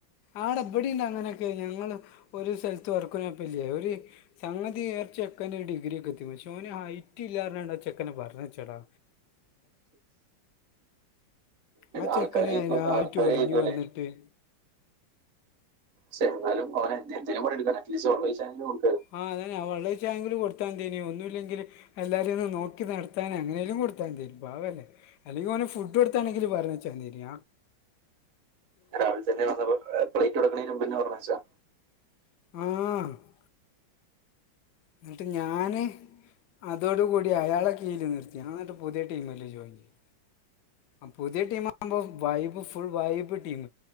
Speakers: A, on the left; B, on the right.
A: ആടബഡിയ ഉണ്ട് അങ്ങനെയൊക്കെ ഞങ്ങള്ൾ ഒരു സ്ഥലത്ത് വർക്കനപ്പ ഇ ഒരു സംഗതി ച നേർച്ചെക്കന ഒരു ഡിഗ്രി ഒക്കെ എത്തി ശോന് ഹൈറ്റ് ഇല്ലാാരാണ്ടച്ചെക്കനെ പറഞ്ഞച്ചേടാ ആ
B: ആൾക്കാര
A: ചെക്കനെ അതിനായിട്ട്
B: ആൾക്കാര
A: ഒരുങ്ങി
B: പോലെ
A: വന്നിട്ട്
B: സ എന്നാലും അവെ എന്തെങ്കും എടുക്ക അറ്റ്ലീസ് കൊടുക്ക
A: ആ അതന്നെ വളരെ വ ചാങ്കിൽ കൊടുത്താൻ തന്നിനെ ഒന്നുമില്ലെങ്കിലും എല്ലാരെയും ഒന്ന് നോക്കി നടത്താൻ അങ്ങനെലും കൊടുത്താൻ തരും പാവ അല്ലേ അല്ലെങ്കിൽ നെ ഫുഡ് കൊടുത്താണെങ്കിൽ പറഞ്ഞ വച്ചാരിക്ക
B: രാവിലെ തന്നെ വന്നപ്പോ പ്ലേറ്റ് കൊടുക്കണ മുമ്പ പറഞ്ഞച്ചാ
A: മ്മ് എന്നിട്ട് ഞാൻ അതോടുകൂടി അയാളെ കീഴിൽ നിർത്തിയാണ് എന്നിട്ട് പുതിയ ടീമിൽ ജോയിൻ ചെയ്യും ആ പുതിയ ടീം ആവുമ്പോ വൈ്പ് ഫുൾ വൈ്പ് ടീം